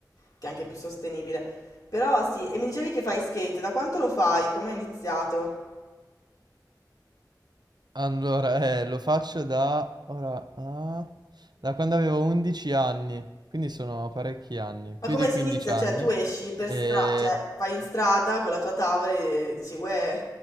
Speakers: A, on the left; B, on the right.
A: che è anche più sostenibile. Però sì, e mi dicevi che fai skate, da quanto lo fai? Come hai iniziato?
B: Allora, eh, lo faccio da, ora, ah, da quando avevo 11 anni, quindi sono parecchi anni, più
A: Ma come
B: di 15
A: si inizia?
B: anni.
A: Cioè, tu esci per
B: E
A: strada, cioè, vai in strada con la tua tavola e dici, uè,